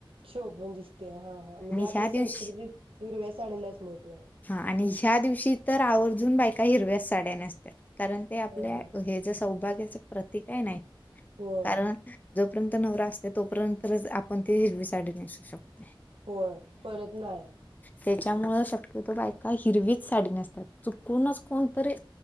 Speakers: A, on the right; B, on the left.
A: शोभून दिसतंय हां हां म्हणजे आपल्या
B: ह्या दिवशी
A: संस्कृतीत हिरव्या साडीलाच महत्व आहे.
B: हा आणि ह्या दिवशी तर आवर्जून बायका हिरव्याच साड्या नेसतात. कारण ते आपल्या
A: ह ह
B: हे जे सौभाग्याचं प्रती काय नाय
A: होय
B: कारण जो नंतर न नवरा असते तोपर्यंतच आपण ती हिरवी साडी नेसू शकतो.
A: होय परत नाही.
B: त्याच्यामुळं शक्यतो बायका हिरवीच साडी नेसतात. चुकूनच कोणतरी